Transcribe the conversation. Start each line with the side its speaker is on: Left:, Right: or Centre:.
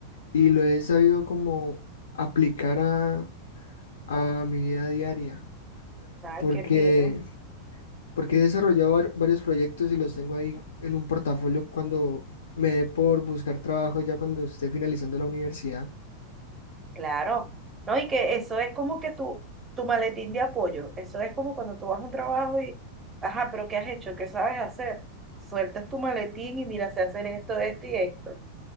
Left: y lo he sabido como aplicar a, a mi vida diaria,
Right: Ay,
Left: porque,
Right: qué fino.
Left: porque he desarrollado var- varios proyectos y los tengo ahí en un portafolio cuando me dé por buscar trabajo ya cuando esté finalizando la universidad.
Right: Claro, ¿no? Y que eso es como que tu, tu maletín de apoyo, eso es como cuando tú vas a un trabajo y, ajá, pero ¿qué has hecho? ¿Qué sabes hacer? Sueltas tu maletín y mira, sé hacer esto, esto y esto.